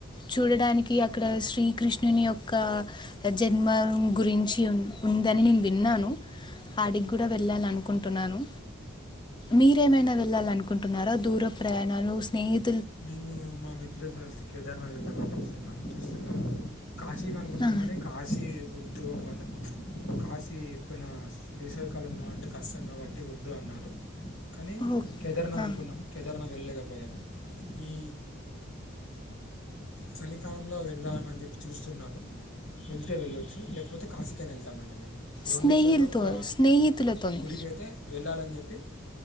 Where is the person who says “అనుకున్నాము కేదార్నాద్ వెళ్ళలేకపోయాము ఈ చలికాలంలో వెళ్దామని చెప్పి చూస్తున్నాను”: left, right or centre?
Left